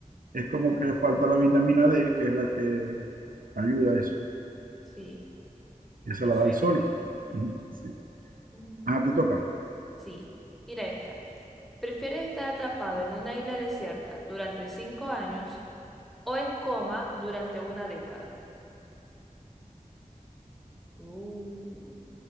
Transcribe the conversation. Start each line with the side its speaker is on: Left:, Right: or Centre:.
Right: es como que falta la vitamina D, que es la que ayuda a eso,
Centre: Sí,
Right: que se
Centre: qué
Right: la
Centre: feo.
Right: da el sol. Ujú, Sí.
Centre: Ujú.
Right: Ah, te toca,
Centre: Sí, mira esta. ¿Prefieres estar atrapado en una isla desierta durante cinco años o en coma durante una década. Uh.